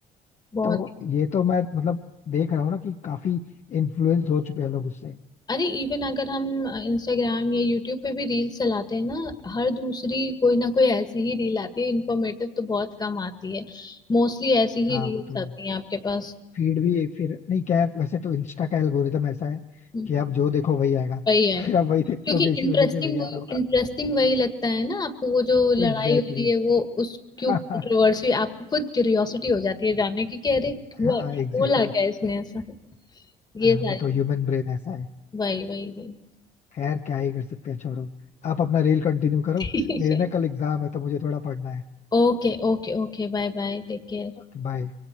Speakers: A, on the left; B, on the left.
A: बहुत
B: तो ये तो मैं मतलब देख रहा हूँ ना कि काफी इन्फ्लुएंस हो चुके हैं लोग उससे
A: अरे इवन अगर हम इंस्टाग्राम या यूट्यूब पे भी रील्स चलाते हैं ना हर दूसरी कोई ना कोई ऐसी ही रील आती है इन्फॉर्मेटिव तो बहुत कम आती है मोस्टली ऐसी
B: हाँ
A: ही रील्स
B: वो तो है
A: आती हैं आपके पास
B: फीड भी फिर नहीं क्या है वैसे तो इंस्टा का एल्गोरिदम ऐसा है
A: हम्म।
B: कि आप जो देखो वही आएगा तो
A: वही है
B: फिर आप वही देखते
A: क्योंकि
B: होगे इसी
A: इंटरेस्टिंग
B: वजह से वही
A: वो
B: आ रहा होगा
A: इंटरेस्टिंग वही लगता है ना आपको वो जो लड़ाई
B: Exactly
A: हो रही
B: exactly.
A: है वो उस
B: <laughs>
A: क्यों कंट्रोवर्सी आपको खुद क्यूरियोसिटी हो जाती है जानने की कि अरे हुआ
B: हाँ
A: क्या
B: एग्जैक्टली
A: बोला क्या
B: exactly.
A: इसने ऐसा
B: हाँ
A: ये सारी
B: वो तो ह्यूमन ब्रेन ऐसा है
A: वही वही वही
B: खैर क्या ही कर सकते हैं छोड़ो आप अपना रेल कंटिन्यू करो
A: <laughs> ठीक
B: मेरे
A: है
B: ना कल एग्जाम है तो मुझे थोड़ा पढ़ना है
A: Okay okay okay bye bye take care
B: Okay bye